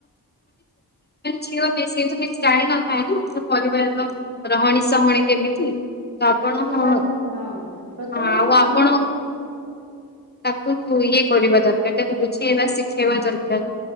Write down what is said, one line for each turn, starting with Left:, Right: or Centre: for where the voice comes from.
Left: ଝିଅ ସେ ସେ କିଛି ଜାଣି ନଥାଏ ନା ପରିବାରର ରହଣୀ ସହଣୀ କେମିତି ତ ଆପଣ
Right: ସେ
Left: ହଁ
Right: ଜାଣିନଥା ହଁ ପ୍ରଥମତଃ
Left: ଆଉ ଆପଣ
Right: ଆମେ
Left: ତାକୁ ଇଏ କରିବା ଦରକାର ତାକୁ ବୁଝେଇବା ଶିଖେଇବା ଦରକାର